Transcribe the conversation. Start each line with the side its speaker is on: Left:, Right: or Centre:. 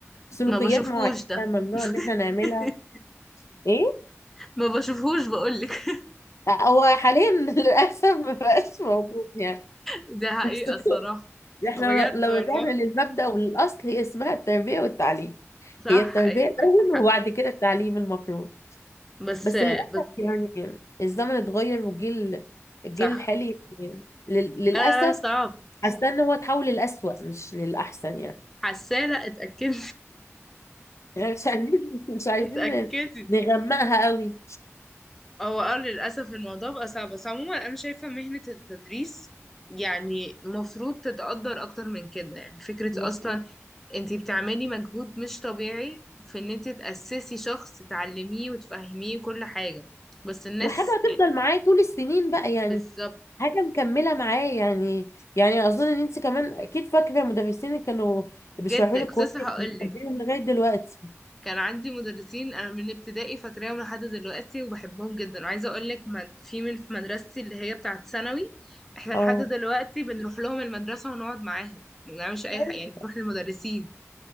Left: سلوكيات
Centre: ما بشوفهوش
Left: معينه
Centre: ده
Left: ممنوع ان احنا نعملها
Centre: <laughs>
Left: ايه
Centre: ما بشوفهوش بقولك
Left: هو حاليا <laughs> للاسف مبقاش موجود يعني
Centre: ده حقيقة
Left: بس
Centre: الصراحة
Left: احنا
Centre: بجد
Left: لو
Centre: والله
Left: رجعنا للمبدأ والأصل هي اسمها التربية والتعليم
Centre: صح
Left: هي التربية
Centre: ايوه
Left: الأول
Centre: معاكي حق
Left: وبعد كده التعليم المفروض
Centre: بس
Left: بس للأسف
Centre: بس
Left: يعني الزمن اتغير والجيل الجيل
Centre: صح
Left: الحالي يعني لل- للأسف
Centre: لا لا لا صعب
Left: حاسة إن هو اتحول للأسوأ مش للأحسن يعني
Centre: حسالة اتأكدي
Left: <laughs> يعني مش عايزين مش عايزين
Centre: <laughs> اتأكدي
Left: نغمقها قوي
Centre: هو اه للأسف الموضوع بقى صعب بس عموما أنا شايفة مهنة التدريس يعني مفروض تتقدر أكتر من كده يعني فكرة
Left: <laughs>
Centre: أصلا انتي بتعملي مجهود مش طبيعي في ان انتي تأسسي شخص تعلميه وتفهميه كل حاجة بس الناس
Left: وحاجة هتفضل
Centre: يعني
Left: معايا طول السنين بقى يعني
Centre: بالظبط
Left: حاجة مكملة معايا يعني يعني أظن إن أنت كمان أكيد فاكرة مدرسين اللي كانوا بيشرحوا
Centre: جدا
Left: لك
Centre: كنت
Left: كويس
Centre: لسه هقولك
Left: بتحبيهم لغاية دلوقتي
Centre: كان عندي مدرسين انا من ابتدائي فاكراهم لحد دلوقتي وبحبهم جدا وعايزه اقول لك من- في من في مدرستي اللي هي بتاعه ثانوي احنا لحد
Left: اه
Centre: دلوقتي بنروح لهم المدرسه ونقعد معاهم ما بنعملش اي
Left: طيب
Centre: حاجه يعني بنروح للمدرسين